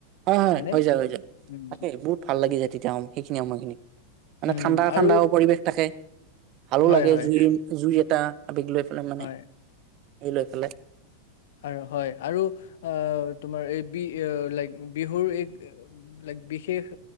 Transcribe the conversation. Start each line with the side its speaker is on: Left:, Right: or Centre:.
Right: হয়-হয়
Left: হয়নে
Right: হৈ যায়- হৈ যায়,
Left: উম
Right: তাকেই বহুত ভাল লাগি যায় তেতি হয় সেইখিনি সময়খিনি। মানে
Left: উম
Right: ঠাণ্ডা
Left: আৰু
Right: ঠাণ্ডাও পৰিৱেশ থাকে, ভালো
Left: হয়
Right: লাগে
Left: হয়
Right: জুই -জুই এটা আবেগ লৈ পেলাই মানে
Left: হয়
Right: <unintelligible> লৈ পেলে
Left: আৰু হয় আৰু অঁ অঁ তোমাৰ এই বি লাইক বিহুৰ এক লাইক বিশেষ